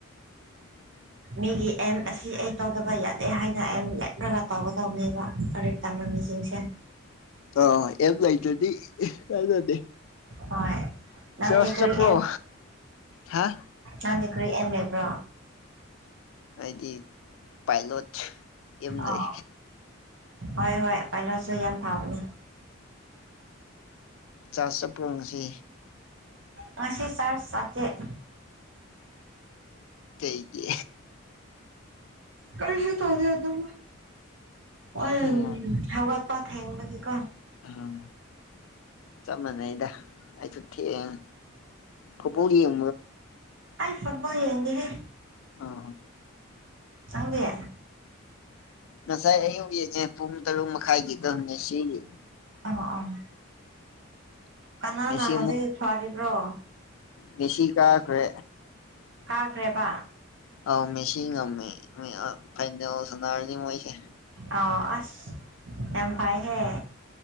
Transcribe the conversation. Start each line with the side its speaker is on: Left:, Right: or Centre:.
Left: <inaudible>
Right: ꯃꯤꯒꯤ ꯑꯦꯝ ꯑꯁꯤ ꯑꯩ ꯇꯧꯗꯕ ꯌꯥꯗꯦ ꯍꯥꯏꯅ ꯑꯦꯝ ꯂꯦꯞꯂꯒ ꯇꯧꯒꯗꯕꯅꯦꯕ ꯂꯥꯏꯔꯤꯛ ꯇꯝꯕ ꯃꯤꯁꯤꯡꯁꯦ
Left: ꯑ ꯑꯦ ꯂꯥꯏꯇꯗꯤ ꯀꯗꯦ
Right: ꯍꯣꯏ ꯅꯪꯗꯤ
Left: ꯆꯁ
Right: ꯀꯔꯤ
Left: ꯆ ꯄꯔꯣ ꯍꯥꯦ
Right: ꯆꯥꯗꯄꯩ ꯑ ꯂꯩꯕ꯭ꯔꯣ
Left: ꯍꯥꯏꯗꯤ ꯄꯥꯏꯂꯣꯠ ꯑꯦꯝ ꯂꯩ
Right: ꯑ ꯑ ꯍꯣꯏ ꯍꯣꯏ ꯄꯥꯏꯂꯣꯁꯨ ꯌꯥꯝ ꯐꯕꯅꯦ
Left: ꯆꯥꯛ ꯆꯄꯣꯡꯁꯤ
Right: ꯄꯁꯤ ꯁꯥꯠ ꯁꯥꯇꯠ
Left: ꯀꯩꯒꯤ
Right: ꯀꯁꯤ ꯇ ꯍꯧꯗ ꯑꯗꯨ ꯑꯣ
Left: ꯎꯝ
Right: ꯍꯒ ꯄ ꯍꯦꯡꯗꯤꯀ
Left: ꯎꯝ ꯆꯞ ꯃꯥꯟꯅꯩꯗ ꯑꯩꯁꯨ ꯊ ꯏ ꯄꯨꯔꯤꯣ
Right: ꯑꯜ ꯐꯨꯠꯕꯣꯜ ꯌꯦꯡꯦ ꯍꯦ
Left: ꯑꯥ
Right: ꯆꯪꯒꯦ
Left: ꯉꯁꯥꯏ ꯑꯌꯨꯛ ꯌꯦꯡꯉꯦ ꯄꯨꯡ ꯇꯔꯨꯛ ꯃꯈꯥꯏꯒꯤꯗꯅꯦ ꯁꯤꯒꯤ
Right: ꯑ ꯑ ꯀꯅꯥꯅ
Left: ꯃꯦꯁꯤ
Right: ꯍꯧꯖꯤꯛ ꯐꯔꯤꯕ꯭ꯔꯣ
Left: ꯅꯤꯁꯤ ꯀꯥꯈꯦ
Right: ꯀꯥꯈ꯭ꯔꯦꯕ
Left: ꯑꯥꯎ ꯃꯤꯁꯤ ꯉꯝꯃꯦ ꯐꯗꯜ ꯁꯅꯔꯅꯤ ꯃꯣꯏꯁꯦ
Right: ꯑ ꯑꯁ ꯌꯥꯝꯝꯐꯥꯏꯍꯦ